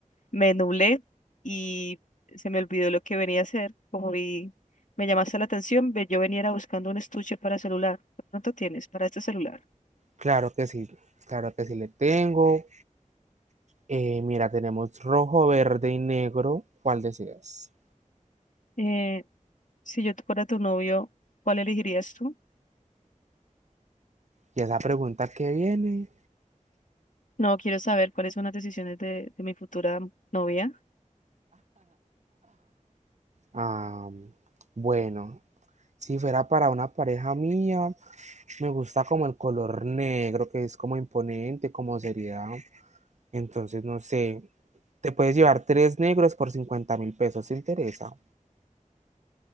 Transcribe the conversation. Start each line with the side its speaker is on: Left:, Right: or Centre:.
Left: me nublé y se me olvidó lo que venía a hacer. Como vi, me llamaste la atención, ve- yo venía era buscando un estuche para celular. ¿De pronto tienes para este celular?
Right: Claro que sí, claro que sí le tengo. Eh, mira, tenemos rojo, verde y negro. ¿Cuál deseas?
Left: Eh, si yo te fuera tu novio, ¿cuál elegirías tú?
Right: Y esa pregunta que viene,
Left: No quiero saber cuáles son las decisiones de, de mi futura novia.
Right: am, bueno, si fuera para una pareja mía, me gusta como el color negro, que es como imponente, como seriedad. Entonces, no sé, te puedes llevar tres negros por cincuenta mil pesos, ¿te interesa?